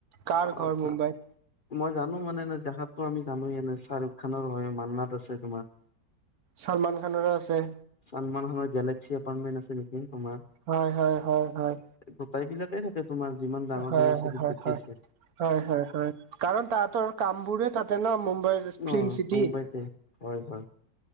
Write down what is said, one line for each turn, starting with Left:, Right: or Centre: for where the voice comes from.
Right: কাৰ
Left: আচ্
Right: ঘৰ মুম্বাইত
Left: মই জানো মানে এ জাহাদটো আমি জানো এনে শ্বাহৰুখ খানৰ হয়, মানে তোমাৰ তাত আছে নেকি?
Right: ছলমান খানৰো আছে।
Left: ছালমান হানৰ গেলেক্সি এপাৰ্টমেট আছে নেকি তোমাৰ।
Right: হয় হয় হয় হয়।
Left: গোটাই বিলাকে থাকে। তোমাৰ যিমান- ডাঙৰ
Right: হয়
Left: ডাঙৰ
Right: হয়
Left: চেলিব্ৰেটি
Right: হয় হয়।
Left: আছে
Right: হয় হয় হয় কাৰণ তাহাতৰ কাম বোৰে তাতে ন মুম্বাইৰ
Left: অ
Right: ফিল্ম চিটি।
Left: মুম্বাইতে হয় হয়।